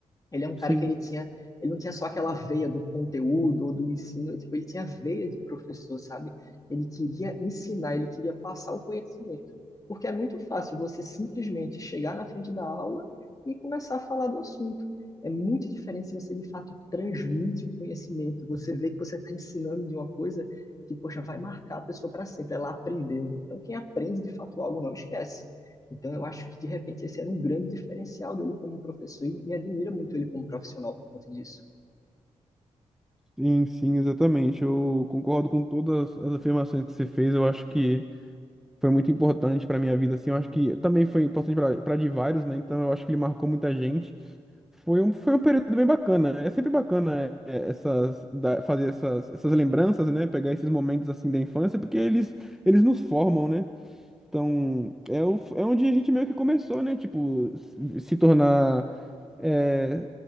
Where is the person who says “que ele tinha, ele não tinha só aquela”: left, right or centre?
Left